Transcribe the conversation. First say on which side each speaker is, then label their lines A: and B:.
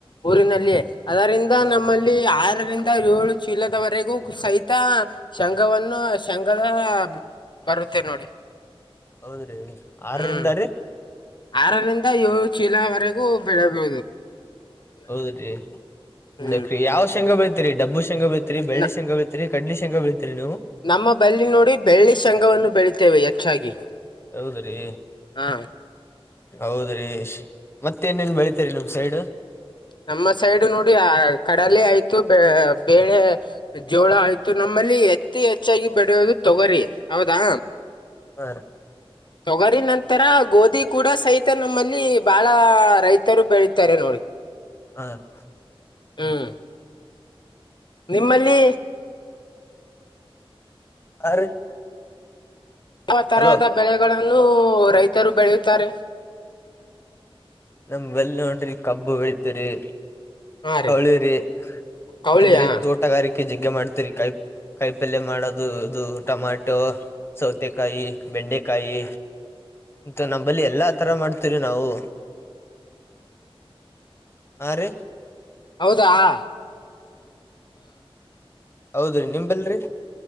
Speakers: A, on the left; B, on the left.
A: ಊರಿನಲ್ಲಿಯ ಅದರಿಂದ
B: ಹ
A: ನಮ್ಮಲ್ಲಿ ಲ್ಲಿ ಆರರಿಂದ ಏಳು ಚೀಲದವರೆಗೂ ಸಹಿತ ಶಘವನ್ನು ಶಘದ ಬರುತ್ತೆ ನೋಡಿ
B: ಹೌದ್ರಿ ಆರರಿಂದ
A: ಹ್ಮ್
B: ರೀ.
A: ಆರರಿಂದ ಏಳು ಚೀಲವರೆಗೂ ಬೆಳೆಯಬಹುದು.
B: ಹೌದ್ರೀರೀ
A: ಹ್ಮ್
B: ಯಾವ ಶಂಗ ಬೈತರಿ ಡಬ್ಬು ಶೇಂಗ ಬೆಳಿತೀರಿ ಬೆಳ್ಳಿ
A: ನ-
B: ಶೆಂಗ ಬೆಳಿತೀರಿ. ರಿ ಕಂಡಡಿಷನ್ ಬೀತತಿರಿ ನೀವು.
A: ನಮ್ಮ ಬಲ್ಲಿ ನೋಡಿ ಬೆಳ್ಳಿ ಶಂಗವನ್ನು ಬೆಳೀತೇವೆ ಹೆಚ್ಚಾಗಿ.
B: ಹೌದ್ರಿ.
A: ಹಾ
B: ಹೌದ್ರೀ ಮತ್ತ ನೇನ್ ಬೆಳತರಿ ನಿಮ್ ಸೈಡ್.
A: ನಮ್ಮ ಸೈಡ್ ನೋಡಿ ಆ ಕಡಲೆ ಆಯ್ತು ಬ ಬೇಳೆ ಜೋಳ ಆಯ್ತು ನಮ್ಮಲ್ಲಿ ಹೆಚ್ಚು ಹೆಚ್ಚಾಗಿ ಬೆಡೆಯೋದು ತೊಗರಿ ಹೌದಾ.
B: ಹ
A: ತೊಗರಿ ನಂತರ ಗೋಧಿ ಕೂಡ ಸಹಿತ ನಮ್ಮಲ್ಲಿ ಬಾಳ ರೈತರು ಬೆಳೀತಾರೆ ನೋಡಿ.
B: ಹ್ಮ
A: ಹ್ಮ್ ನಿಮ್ಮಲ್ಲಿ
B: ಆ ರೀ
A: ಆ ತರಹದ
B: ಹಲೋ
A: ಬೆಳೆಗಳನ್ನು ರೈತರು ಬೆಳೆಯುತ್ತಾರೆ.
B: ನಮ್ ಬೆಲ್ ನೋಡ್ರಿ ಕಬ್ಬು ಬೆಳಿತರಿ <unintelligible>
A: ಹಾ ರೀ
B: ಕೌಳಿರಿ
A: ಕವಳಿಯಾ
B: ಅಂದ್ರೆ ತೋಟಗಾರಿಕೆ ಜಗ್ಗ ಮಾಡ್ತಿರಿ ಕೈ ಕಾಯಿ ಪಲ್ಯ ಮಾಡೋದು ಇದು ಟೊಮ್ಯಾಟೊ ಸೌತೆಕಾಯಿ ಬೆಂಡೆಕಾಯಿ ಅಂತ ನಂಬಲ್ಲಿ ಎಲ್ಲಾ ತರ ಮಾಡ್ತಿವಿರಿ ನಾವು ಹಾ, ರಿ
A: ಹೌದಾ, ಹಾ
B: ಹೌದ್ರೀ <unintelligible> ನಿಂಬಲ್ರರಿ